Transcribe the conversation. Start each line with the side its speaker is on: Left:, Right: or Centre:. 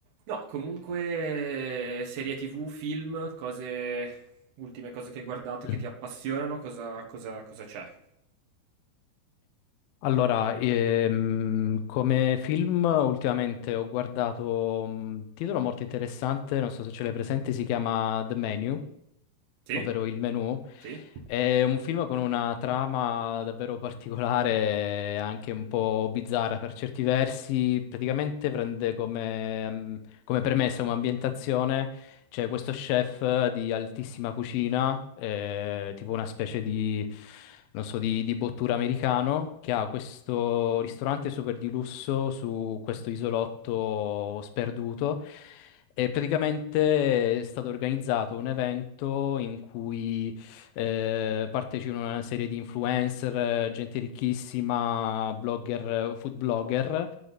Right: No, comunque serie TV, film, cose, ultime cose che hai guardato che
Left: Mm.
Right: ti appassionano, cosa, cosa- cosa c'è?
Left: Allora, ehm, come film ultimamente ho guardato un titolo molto interessante, non so se ce l'hai presente, si chiama The Menu,
Right: Sì?
Left: ovvero Il Menù.
Right: Sì?
Left: È un film con una trama davvero particolare, anche un po' bizzarra per certi versi. Praticamente prende come, ehm, come premessa un'ambientazione C'è questo chef eh, di altissima cucina, eh, tipo una specie di, non so, di, di bottura americano, che ha questo ristorante super di lusso su questo isolotto sperduto. E praticamente è stato organizzato un evento in cui eh, partecipano a una serie di influencer, eh, gente ricchissima, blogger, eh, food blogger.